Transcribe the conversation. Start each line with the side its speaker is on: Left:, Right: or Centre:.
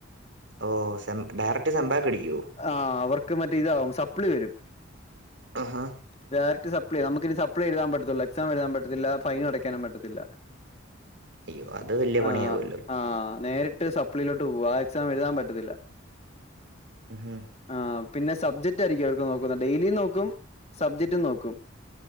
Right: ഓഹ് സെം ഡയറക്റ്റ് സെമ്പാക്കടിക്കുവോ
Left: ആഹ് അവർക്ക് മറ്റേ ഇതാവും സപ്ലി വരും
Right: ആഹാ
Left: ഡയറക്ട് സപ്ലി നമുക്കിനി സപ്ലി എഴുതാൻ പറ്റത്തൊള്ളൂ, എക്സാം എഴുതാൻ പറ്റത്തില്ല ഫൈനു അടക്കാനും പറ്റത്തില്ല
Right: അയ്യോ അത് വലിയ പണിയാവുമല്ലോ
Left: ആഹ് ആഹ് നേരിട്ട് സപ് പ്ലിലോട്ട് പോവാ ആ എക്സാം എഴുതാൻ പറ്റത്തില്ല
Right: ഹും
Left: ആഹ് പിന്നെ സബ്ജക്റ്റായിരിക്കും അതൊക്കെ ക്ക് നോക്കുന്നെ ഡെയിലിയും നോക്കും സബ്ജക്റ്റും നോക്കും